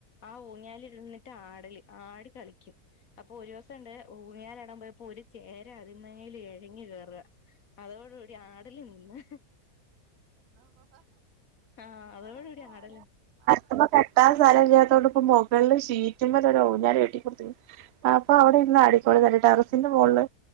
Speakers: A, on the left (about 65°); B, on the right (about 70°).
A: ആ ഊഞ്ഞാല ഇരുന്നിട്ട് ആടൽ ആടി കളിക്കും അപ്പോ ഒരു ണ്ട് ഊഞ്ഞാലാടാൻ പോയപ്പോ ഒരു ചേരാ അതിമേല് ഇഴഞ്ഞു കേറുക. അതോടൂടി ആടല് നിന്ന് ആഹ് അതോടെ കുടി ആടല്
B: അപ്പൊ കെട്ടാൻ സ്ഥല ഇല്ലാത്തോണ്ട് ഇപ്പം മുകളില് ഷീറ്റും മേൽ ഒര് ഊഞ്ഞാല് കെട്ടിക്കൊടുത്തു അപ്പൊ അവിടെ ഇരുന്ന് അടിക്കോള ടെറസിന്റെ മുകളില്